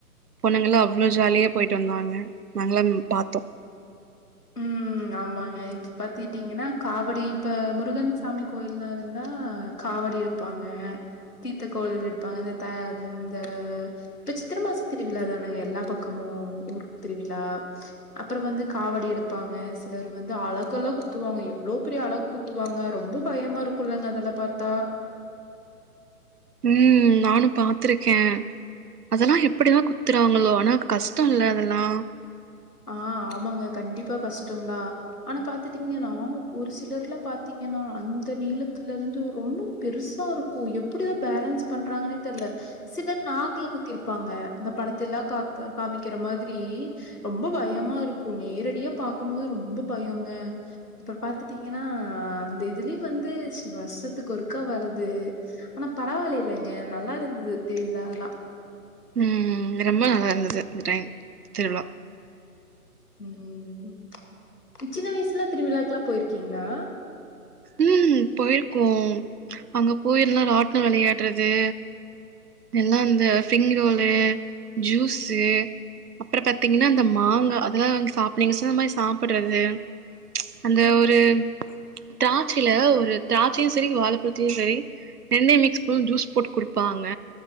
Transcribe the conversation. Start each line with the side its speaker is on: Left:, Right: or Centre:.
Right: பொண்ணங்கல்லா அவ்ளோவு ஜாலியா போயிட்டு வந்தாங்க நாங்களா பாத்தோம்
Left: உம் ஆமாங்க இப்ப பாத்திட்டீங்கன்னா காவடி இப்ப முருகன்சாமி கோயில்ல இருந்தா காவடி எடுப்பாங்க தீர்த்த கோயில் எடுப்பாங்க இந்த இந்த இப்ப சித்திரை மாச திருவிழா தானாங்க எல்லா பக்கமும் ஊரு திருவிழா அப்றோம் வந்து காவடி எடுப் ப்பாங்க சிலர் வந்து அழகெல்லா குத்துவாங்க எவ்வளோபெரிய அழகு குத்துவாங்க ரொம்ப பயமா இருக்குலங்க அதெல்ல பார்த்தா
Right: உம் நானும் பாத்திருக்கே அதெல்லாம் எப்டிதா குத்துறாங்களோ ஆனா கஷ்ட இல்ல அதெல்லா
Left: ஆ ஆமாங்க கண்டிப்பா கஷ்டம்தா ஆனா பாத்துட்டீங்கன்னா ஒரு சிலர்ல பாாரத்தீங்கன்னா அந்த நீளத்துல இருந்து ரொம்ப பெருசா இருக்கும் எப்டிதா பேலன்ஸ் பண்றாங்கன்னே தெரியல சிலர் நாக்குல குத்திருப்பாங்க இந்த படத்தி எலா கா காமிக்கிற மாரி ரொம்ப பயமா இருக்கும் நேரடியா பாக்கும்போது ரொம்ப பயங்க அப்றம் பாத்துட்டீங்கன்னா அந்த இதுலயும் வந்து வருஷத்துக்கொருக்கா வர்து ஆனா பரவாயில்ல இல்லைங்க நல்லா இருந்தது தேரில எல்லாம்
Right: உம் ரொம்ப நல்லா இருந்தது இந்த டைம் திர்விழா
Left: உம் சின்ன வயசுல திருவிழாக்கலா போயிருக்கீங்களா
Right: ம் போயிருக்கோம் அங்க போயிருன்னா ராட்ன விளையாடுறது எல்லாம் அந்த ஃபிங்ரோலு ஜூஸு அப்புறம் பாத்தீங்கன்னா அந்த மாங்காய் அதெல்லா சாப்பிங்க அந்த மாதிரி சாப்பிடுறது அந்த ஒரு திராட்சையில ஒரு திராட்சையும் சரி வாழைப்பழுத்தையும் செரி ரெண்டு மிக்ஸ் ஸ்பூன் ஜூஸ் போட்டு கொடுப்பாங்க